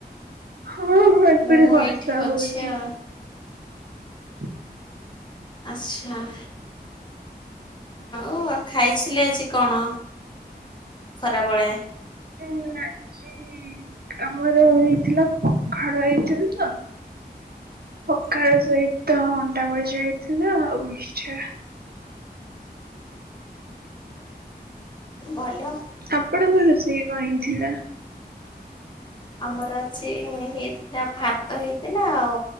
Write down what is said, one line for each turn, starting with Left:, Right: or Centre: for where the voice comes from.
Right: ହଁ ହଁ ଏପଟେ
Left: ମୁଁ
Right: ବର୍ଷା
Left: ଏଇଠି ଅଛି
Right: ହଉଛି।
Left: ଆଉ।
Right: ହୁଁ।
Left: ଆଚ୍ଛା ଆଉ। ଓ ଆଉ ଖାଇଥିଲେ ଆଜି କଣ ଖରାବେଳେ?
Right: ହୁଁ ଆଜି ହଁ ଆମର ହେଇଥିଲା ପଖାଳ ହେଇଥିଲା। ପଖାଳ ସହିତ ଅଣ୍ଡା ଭଜା ହେଇଥିଲା ଆଉ ମିକ୍ସଚର।
Left: ଭଲ।
Right: ଆପଣଙ୍କ ରୋଷେଇ କଣ ହେଇଥିଲା?
Left: ଆମର ଆଜି ହେଇଥିଲା ଭାତ ହେଇଥିଲା ଆଉ